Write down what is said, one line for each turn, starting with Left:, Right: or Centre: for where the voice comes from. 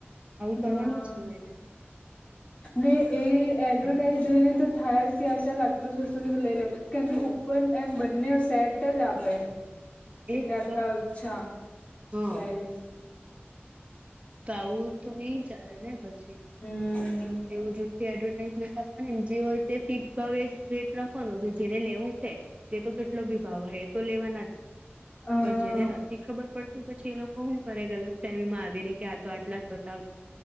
Right: આવું કરવાનું
Left: હા
Right: જ ની હોય ને
Left: ને એ એડવર્ટાઈઝ
Right: આપીને
Left: જોઈને તો થાય જ કે આ ચાલ આટલું સસ્તું સુું લઇ લો કેમ કે ઉપર એમ બંને સેટ જ આપે
Right: એજ
Left: એટલે આટલા
Right: તો
Left: ઓછા
Right: હા
Left: પ્રાઇઝ
Right: તો આવું તો નઈ ચાલે ને પછી
Left: હમ
Right: એવું જૂઠી એડવર્ટાઈઝમેન્ટ આપવાની જે હોય તે ફિક્સ ભાવે રેટ રાખવાનું છે, જેને લેવું છે તે તો કેટલો બી ભાવ હોય એ તો લેવાના જ
Left: હા
Right: પણ જેને નથી ખબર પડતી પછી એ લોકો શું કરે ગલત ફેમીમાં આવીને કે આ તો આટલા બ